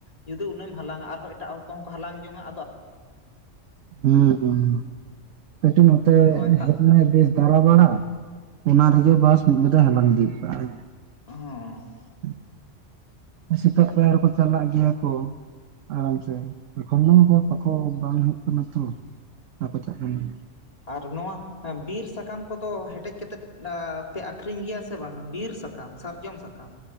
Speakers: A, on the left (about 30°); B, on the right (about 90°).
A: ᱡᱩᱫᱤ ᱩᱱᱟᱹᱜ ᱮᱢ ᱦᱟᱞᱟᱝᱼᱟ, ᱟᱨᱦᱚᱸ ᱮᱴᱟᱜ ᱦᱚᱲ ᱠᱚᱦᱚᱸ ᱠᱚ ᱦᱟᱞᱟᱝ ᱡᱚᱝᱟᱜ
B: ᱦᱩᱸ ᱠᱟᱹᱴᱤᱡ ᱱᱚᱛᱮ
A: ᱦᱚᱸ ᱮᱴᱟᱜ
B: ᱦᱮᱡ ᱱᱟᱭ <unintelligible> ᱫᱟᱬᱟᱼᱵᱟᱲᱟ ᱚᱱᱟ ᱨᱮᱜᱮ ᱵᱟᱥ ᱢᱤᱫ ᱜᱟᱫᱟᱭ ᱦᱟᱞᱟᱝ ᱤᱫᱤ ᱠᱚᱣᱟ।
A: ᱦᱚᱸ
B: <inaudible> ᱥᱮᱛᱟᱜ ᱯᱟᱭᱟᱨ ᱠᱚ ᱪᱟᱞᱟᱜ ᱜᱮᱭᱟ ᱠᱚ। ᱟᱨᱟᱢ ᱥᱮ <inaudible> ᱵᱟᱠᱚ ᱵᱟᱝ ᱦᱩᱭᱩᱜ ᱠᱟᱱᱟ ᱛᱚ ᱵᱟᱠᱚ ᱪᱟᱜ ᱠᱟᱱᱟ।
A: ᱟᱨ ᱱᱚᱣᱟ ᱮ ᱵᱤᱨ ᱥᱟᱠᱟᱢ ᱠᱚᱫᱚ ᱦᱮᱴᱮᱡ ᱠᱟᱛᱮᱫ ᱯᱮ ᱟᱹᱠᱷᱨᱤᱧ ᱜᱮᱭᱟ ᱥᱮ ᱵᱟᱝ -ᱟ ᱵᱤᱨ ᱥᱟ ᱠᱟᱢ ᱥᱟᱨᱡᱚᱢ ᱥᱟᱠᱟᱢ?